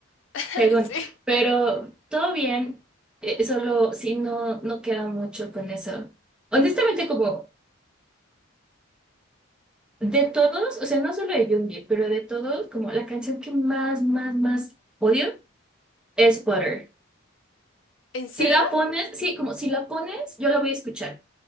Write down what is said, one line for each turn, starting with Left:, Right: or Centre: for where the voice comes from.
Left: <laughs>
Centre: según,
Left: Sí.
Centre: pero todo bien, eh, solo sí no, no queda mucho con eso. Honestamente, como de todos, o sea, no solo de Jungkook, pero de todos, como la canción que más, más, más odio es Butter.
Left: ¿En
Centre: Si
Left: serio?
Centre: la pones, sí, como si la pones, yo la voy a escuchar.